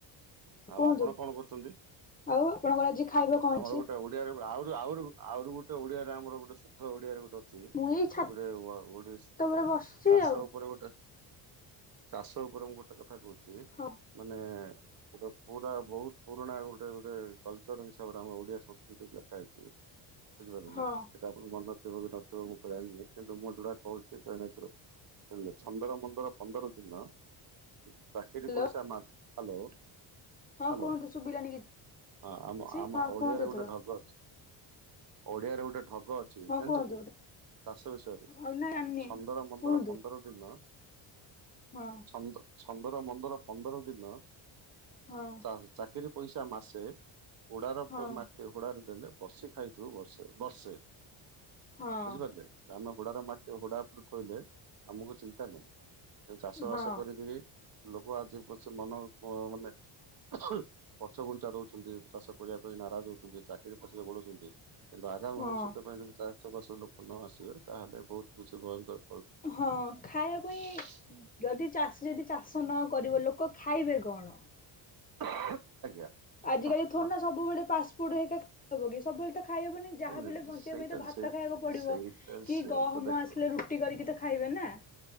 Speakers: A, on the right; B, on the left.
A: ଆଉ
B: କୁହନ୍ତୁ
A: ଆପଣ କଣ କରୁଛନ୍ତି?
B: ଆଉ ଆପଣଙ୍କର ଆଜି ଖାଇବା କଣ
A: ଆମର
B: ହେଇଛି?
A: ଗୋଟେ ଓ ଓଡିଆରେ ଆଉରୁ ଆଉରୁ ଆଉରୁ ଗୋଟେ ଓଡିଆରେ ଆମର ଗୋଟେ ଶୁଦ୍ଧ ଓଡିଆରେ ଗୋଟେ ଅଛି
B: ମୁଁ ଏଇ ଛାତ
A: ଗୋଟେ ଗୋଟେ
B: ଉପରେ ବସିଛି
A: ଚାଷ
B: ଆଉ
A: ଉପରେ ଗୋଟେ ଚାଷ ଉପରେ ମୁଁ ଗୋଟେ କଥା କହୁଛି
B: ହଁ।
A: ମାନେ ଗୋଟେ ପୁରା ବହୁତ ପୁରୁଣା ଗୋଟେ ଗୋଟେ କଲଚର ହିସାବରେ ଆମ ଓଡିଆ ସଂସ୍କୃତି ଲେଖା ହେଇଛି। ବୁଝିପାରିଲେ
B: ହଁ।
A: ନା? ଆପଣଙ୍କ ମନ ଥିବ କି ନଥିବ ମୁଁ ତ କାଣିନି? କିନ୍ତୁ ମୁଁ ଯଉଟା କହୁଛି ସେଟା ନେଚୁରାଲ୍। ହେଲେ ଛନ୍ଦର ମନ୍ଦର ପନ୍ଦର ଦିନ <inaudible> ଚାକିରି
B: ହାଲୋ
A: ପଇସା ମା <inaudible> ହାଲୋ।
B: ହଁ
A: ହାଲୋ
B: କୁହନ୍ତୁ ଶୁଭିଲାନି
A: <inaudible> ହଁ ଆମ
B: କିଛି
A: ଆମ
B: ହଁ
A: ଓଡିଆରେ
B: କୁହନ୍ତୁ ଏଥର
A: ଗୋଟେ ଢଗ ଅଛି। ଓଡିଆରେ ଗୋଟେ ଢଗ ଅଛି।
B: ହଁ
A: ଜାଣିଛୁ
B: କୁହନ୍ତୁ।
A: କି? <inaudible> ଚାଷ ବିଷୟରେ
B: ଆଉ
A: <inaudible>
B: ନା ଜାଣିନି।
A: ଛନ୍ଦର ପନ୍ଦର
B: କୁହନ୍ତୁ।
A: ପନ୍ଦର ଦିନ
B: ହଁ।
A: ଛନ୍ଦ ଛନ୍ଦର ମନ୍ଦର ପନ୍ଦର ଦିନ
B: ହଁ।
A: ଚା ଚାକିରି ପଇସା ମାସେ <inaudible> ଉଡାର
B: ହଁ
A: ପ ମାନେ ସେ ହୁଡ଼ାରେ ଦେଲେ ବସି ଖାଇଥିବୁ ବର୍ଷେ ବର୍ଷେ।
B: ହଁ
A: ବୁଝିପାରିଲେ ଧାନ ଘୋଡାର ମାଟି ଘୋଡା ଉପରୁ ଥୋଇଲେ ଆମକୁ ଚିନ୍ତା ନାହିଁ। ଏ ଚାଷ
B: ହଁ
A: ବାସ କରିକିରି <inaudible> ଲୋକ ଆଜି ପଛେ ମନ <inaudible> ମାନେ ପଛ ଘୁଞ୍ଚା ଦଉଛନ୍ତି। ଚାଷ କରିବା ପାଇଁ ନାରାଜ ହଉଛନ୍ତି। ଚାକିରି ପଛରେ ଗୋଡ଼ଉଛନ୍ତି। କିନ୍ତୁ ଆଗାମୀ ଭବିଷ୍ୟତ
B: ହଁ।
A: ପାଇଁ ଯଦି ଚାଷ ବାସକୁ ଲୋକ ନ ଆସିବେ ତାହେଲେ ବହୁତ କିଛି ଭୟଙ୍କର
B: ହଁ ଖାଇବାକୁ
A: <unintelligible>
B: ହିଁ ଯଦି ଚାଷୀ ଯଦି ଚାଷ ନ କରିବ। ଲୋକ ଖାଇବେ କଣ?
A: ହୁ ଆଜ୍ଞା!।
B: ଆଜିକାଲି ଥୋଡ଼ି
A: ହଁ
B: ନା ସବୁବେଳେ ପାସ୍ଫୁଡ ହେଇକି <inaudible> ଖାଇହବ କି? ସବୁବେଳେ ତ ଖାଇହବନି? ଯାହାବିହେଲେ
A: ନାଇଁ ନାଇଁ
B: ବଞ୍ଚିବା
A: ସେଇଟା
B: ପାଇଁ ତ ଭାତ
A: ସେ
B: ଖାଇବାକୁ ପଡିବ
A: ସେଇଟା
B: <inaudible> କି
A: ସେଇଟା
B: ଗହମ
A: ଦେଖ
B: ଆସିଲେ ରୁ ରୁଟି କରିକି ତ ଖାଇବେ ନା?